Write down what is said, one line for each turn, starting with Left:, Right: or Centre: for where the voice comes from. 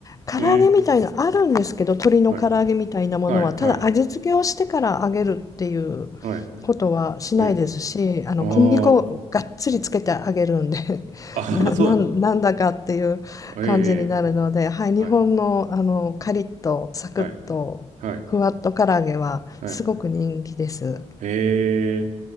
Left: 唐揚げみたいなあるんですけど、
Right: え
Left: 鶏の唐揚げみたいなものは、
Right: ー。はい。はい。はい。
Left: ただ味付けをしてから揚げるっていう
Right: はい。
Left: ことはしないですし、
Right: えー。
Left: あの、
Right: あー。
Left: 小麦粉をがっつりつけて揚げるんでな、
Right: あ、<laughs> そう。
Left: <laughs> なん、なんだかっていう感じになるので、
Right: えー、え
Left: はい、日本の、
Right: ー。はい。
Left: あのカリッとサクッとふわっと唐揚げはすごく人気です。
Right: はい。はい。はい。えー。